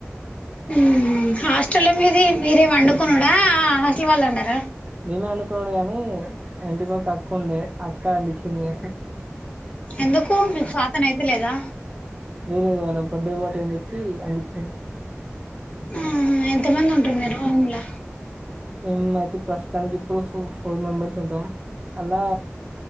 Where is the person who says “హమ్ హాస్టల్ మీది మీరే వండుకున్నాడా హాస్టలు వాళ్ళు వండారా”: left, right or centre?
Left